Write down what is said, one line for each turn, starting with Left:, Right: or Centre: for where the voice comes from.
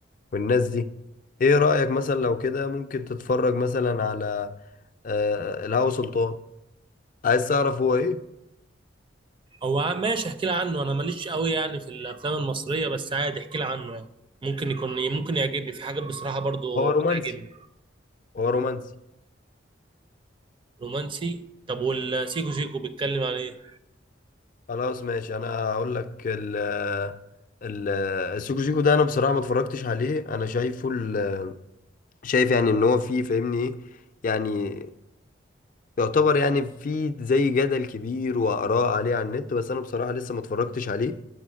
Left: والناس دي ايه رأيك مثلا لو كده ممكن تتفرج مثلا على آه الهوى سلطان عايز تعرف هو ايه
Right: هو ع- ماشي احكي لي عنه انا ماليش قوي يعني في الافلام المصريه بس عادي احكي لي عنه يعني ممكن يكون ممكن يعجبني في حاجات بصراحه برضو
Left: هو
Right: بتعجبني
Left: رومانسي هو رومانسي
Right: رومانسي طب والسيكو سيكو بيتكلم عن ايه
Left: خلاص ماشي انا هقول لك ال ال السيكو سيكو ده انا بصراحة ما اتفرجتش عليه انا شايفه ال- شايف يعني ان هو فيه فاهمني ايه يعني يعتبر يعني فيه زي جدل كبير وآراء عليه على النت بس انا بصراحة لسه ما اتفرجتش عليه